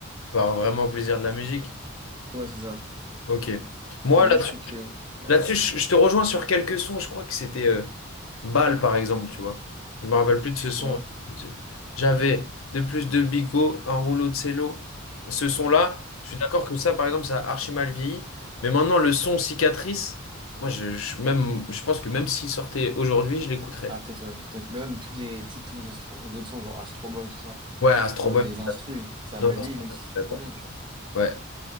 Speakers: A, on the left; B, on the right.
A: par vraiment plaisir de la musique.
B: Ouais, c'est ça.
A: Ok. Moi,
B: Mais moi, je trouve que... Ouais.
A: Là-dessus, je, je te rejoins sur quelques sons. Je crois que c'était euh, Bal, par exemple, tu vois. Je me rappelle plus de ce son.
B: Ouais.
A: J'avais de plus de bigot, un rouleau de cello. Ce son-là, je suis d'accord que ça, par exemple, ça a archi mal vieilli. Mais maintenant, le son cicatrice, moi, je, je- même, je pense que même s'il sortait aujourd'hui, je l'écouterais.
B: Ah, peut-être, ouais. Peut-être. Mais ouais, mais tous les, tu sais, tous les, austro- les autres sons, genre Astro Boy, tout ça.
A: Ouais, Astro
B: Genre avec
A: Boy.
B: les instrus, ça
A: Non,
B: a mal
A: Astro
B: vieilli, même
A: Boy,
B: si c'est
A: d'accord.
B: trop bien, tu vois.
A: Ouais,